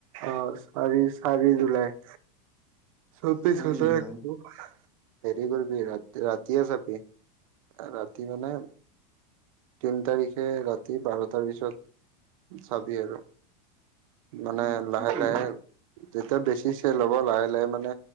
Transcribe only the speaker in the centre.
চাৰি
জুলাই
উম, সেইটোৱে
কৰো